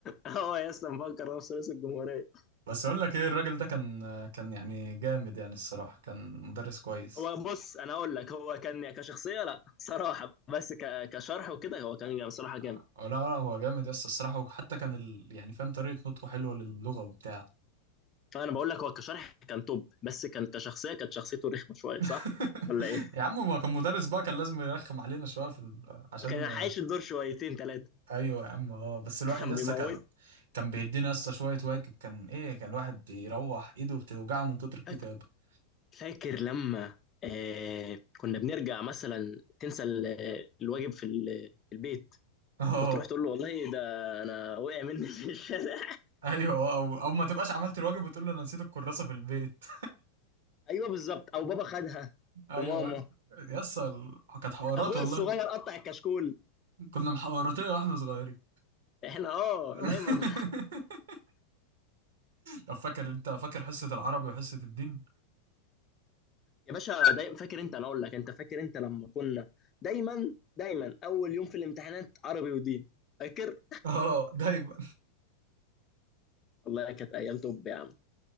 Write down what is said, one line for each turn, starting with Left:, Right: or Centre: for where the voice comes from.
Left: هو يا اسطى مفكر نفسه رئيس الجمهوريه
Right: بس اقول لك ايه الراجل ده كان كان يعني جامد يعني الصراحه كان مدرس كويس
Left: هو بص انا اقول لك هو كان يعني كشخصيه لا صراحه بس ك- كشرح وكده هو كان جامد صراحه جامد
Right: آه، لا لا هو جامد يسطا الصراحه وحتى كان ال... يعني فاهم طريقه نطقه حلوه للغه وبتاع
Left: فانا بقول لك هو كشرح كان توب بس كان كشخصيه كانت شخصيته رخمه شويه
Right: <laughs>
Left: صح ولا ايه
Right: يا عم ما كان مدرس بقى كان لازم يرخم علينا شويه في ال... عشان
Left: كان عايش الدور شويتين ثلاثه
Right: ايوه يا عم اه بس الواحد
Left: <laughs> كان
Right: يسطا
Left: بيموت
Right: كان كان بيدينا يسطا شويه واجب كان ايه كان الواحد بيروح ايده بتوجعه من كتر الكتابه
Left: فاك- فاكر لما آه كنا بنرجع مثلا تنسى ال- الواجب في ال- في البيت
Right: <laughs> اه
Left: وتروح تقول له والله ده انا وقع مني في الشارع
Right: ايوه آه، او او ما تبقاش عملت الواجب وتقول له انا نسيت الكراسه في البيت
Left: ايوه بالظبط او بابا خدها
Right: <laughs> ايوه
Left: وماما
Right: يسطا ال- كانت حوارات
Left: اخويا
Right: والله
Left: الصغير قطع الكشكول
Right: كنا محوراتيه واحنا صغيرين
Left: احنا اه
Right: <laughs>
Left: دايما
Right: طب فاكر انت فاكر حصه العربي وحصه الدين
Left: يا باشا دايما فاكر انت انا اقول لك انت فاكر انت لما كنا دايما دايما اول يوم في الامتحانات عربي ودين فاكر
Right: <laughs> اه دايما
Left: والله كانت ايام توب يا عم